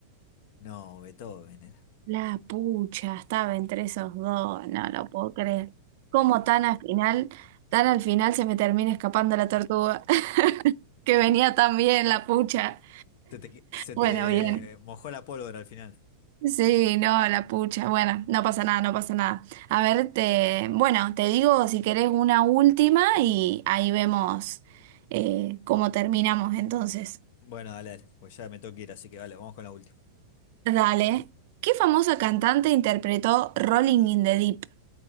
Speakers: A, on the left (about 55°); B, on the right (about 55°).
A: No, Beethoven era.
B: la pucha, estaba entre esos dos, no lo puedo creer. ¿Cómo tan al final, tan al final se me termina escapando la tortuga? <laughs> Que venía tan bien la pucha.
A: Te- te qui- se
B: Bueno,
A: te
B: bien.
A: mojó la pólvora al final.
B: Sí, no, la pucha. Bueno, no pasa nada, no pasa nada. A ver, te, bueno, te digo si querés una última y ahí vemos eh, cómo terminamos entonces.
A: Bueno, dale, dale, porque ya me tengo que ir, así que vale, vamos con la última.
B: Dale. ¿Qué famosa cantante interpretó Rolling in the Deep?